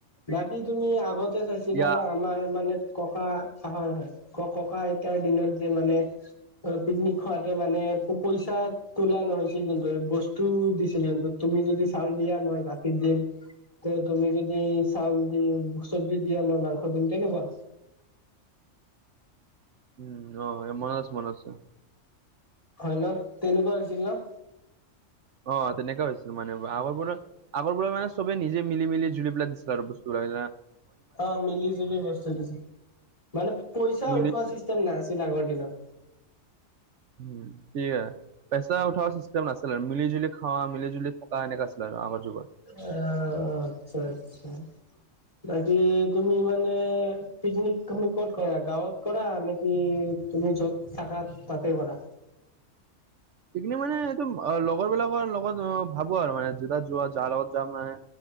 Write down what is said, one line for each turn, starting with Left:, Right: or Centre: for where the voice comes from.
Left: বাকী তুমি আগতে চাইছিলা
Right: ইয়াৰ
Left: ন আমাৰ মানে ককা, হয়, হয়। ক-ককা আইতাৰ দিনত যে মানে পিকনিক খোৱাতে মানে পইচা খোলা নহৈছিল কিন্তু, বস্তু দিছিল জোনটো, তুমি যদি চাওঁল দিয়া মই দিম, ত তুমি যদি চাউল দি, চবজি দিয়া মই মাংস দিম তেনেকুৱা।
Right: উম, অ', মনত আছে, মনত আছে।
Left: হয় ন? তেনেকুৱা হৈছিল ন?
Right: অ', তেনেকুৱা হৈছিল মানে। আগৰ পৰা আগৰ পৰা মানে চবে নিজে মিলি মিলি জুলি পেলাই দিছিলে আৰু বস্তুবো বিলাক না
Left: অ', মিলি জুলি বস্তু দিছিল। মানে পইচা
Right: মিলি
Left: উঠোৱা চিষ্টেম নাছিল আগৰ দিনত।
Right: উম, <unintelligible> পেচা উঠা চিষ্টেম নাছিলে আৰু মিলিজুলি খোৱা মিলিজুলি থকা এনেকা আছিলে আৰু আগৰ যুগত।
Left: অহ আচ্ছা আচ্ছা, বাকী তুমি মানে পিকনিক তুমি ক'ত কৰা গাঁৱত কৰা নেকি তুমি য'ত থাকা তাতে কৰা?
Right: পিকনিক মানে এইটো অ', লগৰ বিলাকৰ লগত অ', ভাবো আৰু মানে যো-যোৱা যাৰ লগত যাম মানে